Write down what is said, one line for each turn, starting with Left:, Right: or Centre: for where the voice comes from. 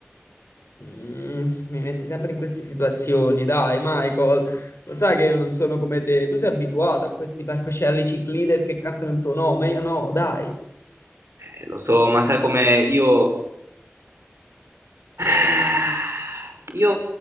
Left: Mm, mi metti sempre in queste situazioni, dai, Michael. Lo sai che io non sono come te. Tu sei abituato a questi palcoscenici leader che cantano il tuo nome, io no, dai.
Right: Eh, lo so, ma sai come io... <sighs> Io,